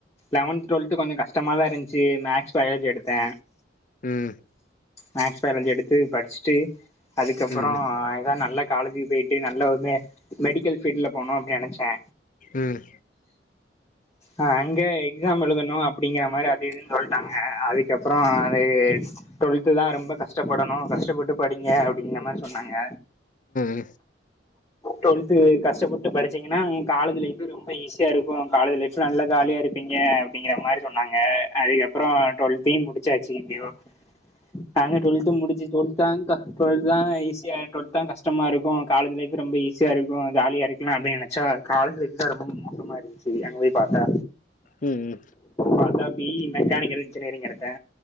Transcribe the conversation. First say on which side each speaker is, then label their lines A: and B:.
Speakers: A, on the left; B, on the left.
A: லெவன்த் டுவெல்த்து கொஞ்சோ கஷ்டமா தா இருந்துச்சு மேக்ஸ் பயாலஜி எடுத்தே
B: ம்
A: மேக்ஸ் பயாலஜி எடுத்து படிச்சுட்டு அதுக்கப்புறோ
B: ம் ம்
A: எதா நல்லா காலேஜ் பேய்ட்டு நல்லா ஒர்மே மெடிக்கல் பீல்ட்ல போனு அப்டின்னு நினைச்சே
B: ம்
A: ஆ அங்க எக்ஸாம் எழுதணு அப்பிடிங்கற மாரி அது இதுனு சொல்லிட்டாங்க அதுக்கப்புறோ அது டூவெல்துதா ரொம்ப கஷ்டப்படணோ கஷ் ஷ்டப்பட்டு படிங்க அப்படிங்கனா மாரி சொன்னாங்க
B: ம்
A: டொன்த்து கஷ்டப்பட்டு படிச்சீங்கன்னா ம் காலஜ் லைஃபு ரொம்ப ஈஸியாருக்கும் காலேஜ் லைஃப் நல்ல ஜாலியா இருக்கோ டிங்க அப்டிங்கிற மாரி சொன்னாங்க அதுக்கப்புறம் டுவெல்த்தையும் முடிச்சாச்சு எப்டியோ நாங்க டுவல்த் முடிச்சு டுவெல்தாங்கா டுவெல்த்லா ஈஸியா டுவெல்தா கஷ்டமா இருக்கோ காலேஜ் லைஃப் ரொம்ப ஈஸி சேரி இப்போ ஜாலியா இருக்கலா அப்டின்னு நெனைச்சா காலேஜ் லைஃப்தா ரொம்ப மோசமா இருந்துச்சு அங்க போய் பாத்தா
B: ம் ம்
A: பாத்தா பி இ மெக்கானிக்கல் இன்ஜினியரிங் எடுத்தே